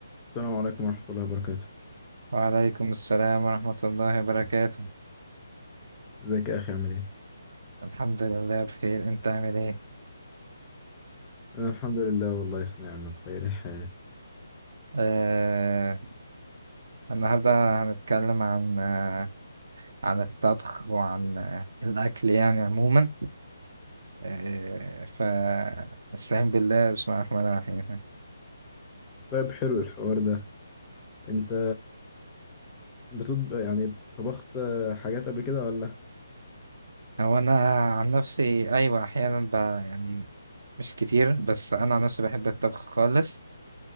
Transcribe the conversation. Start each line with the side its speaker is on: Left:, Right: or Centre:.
Left: السلام عليكم ورحمة الله وبركاته
Right: وعليكم السلام ورحمة الله وبركاته
Left: ازيك يا أخي عامل ايه؟
Right: الحمد لله بخير انت عامل ايه
Left: أنا الحمد لله والله في نعمة بخير الحال
Right: آه النهاردة هنتكلم عن آه عن الطبخ وعن آه الأكل يعني عموما آه فاستعين بالله بسم الله الرحمن الرحيم
Left: طيب حلو الحوار ده انت بتطبخ يعني طبخت حاجات قبل كده ولا؟
Right: هو أنا عن نفسي أيوة أحيانا ب يعني مش كتير بس أنا عن نفسي بحب الطبخ خالص